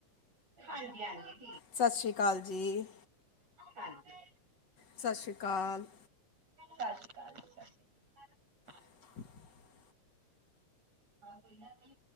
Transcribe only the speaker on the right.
ਹਾਂਜੀ, ਹਾਂਜੀ।
ਹਾਂਜੀ
ਸਤਿ ਸ਼੍ਰੀ ਅਕਾਲ ਜੀ, ਸਤਿ ਸ਼੍ਰੀ ਅਕਾਲ।
ਹਾਂਜੀ